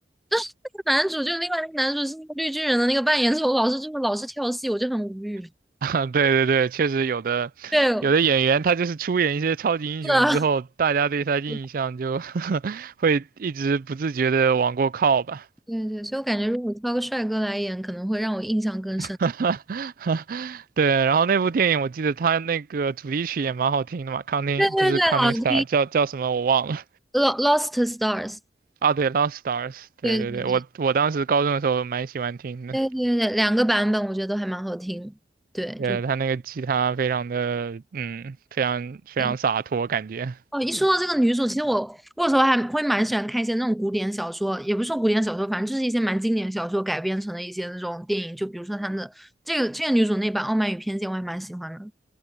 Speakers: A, in the centre; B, on the right (about 50°).
A: 但是那个男主就另外那个男主是那个绿巨人的那个扮演者，我老是就是老是跳戏，我就很无语。
B: <laughs> 啊对对对，确实有的有的演员他就是出演一些超级英雄之后，
A: 对，是啊，<laughs>
B: 大家对他印象就 <laughs> 会一直不自觉的往过靠吧。
A: 对对，所以我感觉如果挑个帅哥来演，可能会让我印象更深。
B: <laughs> 对，然后那部电影我记得它那个主题曲也蛮好听的嘛，Counting
A: 对对对，
B: 不是 Counting
A: 好听。
B: Star 叫叫什么我忘了
A: Lo- Lost Stars，
B: 啊，对，Lost Stars，对对对，
A: 对
B: 我我当时高中的时候蛮喜欢听的，
A: 对对对，对两个版本我觉得都还蛮好听。对，
B: 呃，
A: 就
B: 他那个吉他非常的嗯，非常非常洒脱感觉。
A: 对哦。一说到这个女主，其实我我有时候还会蛮喜欢看一些那种古典小说，也不是说古典小说，反正就是一些蛮经典小说改编成的一些那种电影。就比如说他们的这个这个女主那版《傲慢与偏见》，我还蛮喜欢的。